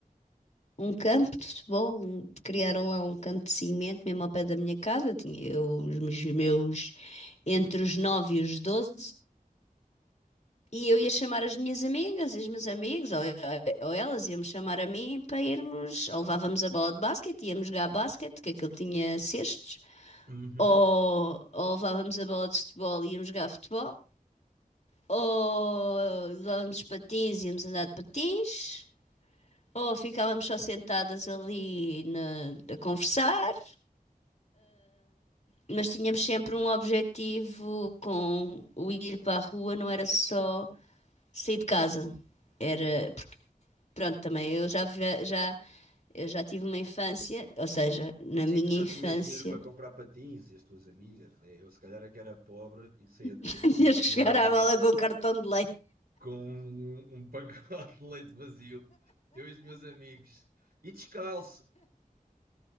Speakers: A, on the left (about 50°); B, on the right (about 90°).
A: um campo de futebol, um- criaram lá um campo de cimento mesmo ao pé da minha casa. Tinha eu, os meus, meus- entre os 9 e os 12. E eu ia chamar as minhas amigas e os meus amigos, ou, ou elas iam-me chamar a mim para irmos, ou levávamos a bola de basquete, íamos jogar basquete, que aquilo tinha cestos,
B: Uhum.
A: ou, ou levávamos a bola de futebol e íamos jogar futebol, ou levávamos patins e íamos andar de patins, ou ficávamos só sentadas ali na- a conversar, mas tínhamos sempre um objetivo com o ir para a rua, não era só sair de casa. Era pronto, também eu já, vi- já, eu já tive uma infância, ou seja, na minha
B: Sim, tu já
A: infância,
B: tinhas dinheiro para comprar patins e as tuas amigas, né? Eu se calhar é que era pobre e saía
A: <laughs>
B: de casa, tinha
A: tinhas
B: que
A: que
B: chegar
A: chegar
B: à
A: à
B: bala
A: bola com
B: <laughs>
A: cartão de leite.
B: com um, um pacote de leite vazio, eu e os meus amigos, e descalço.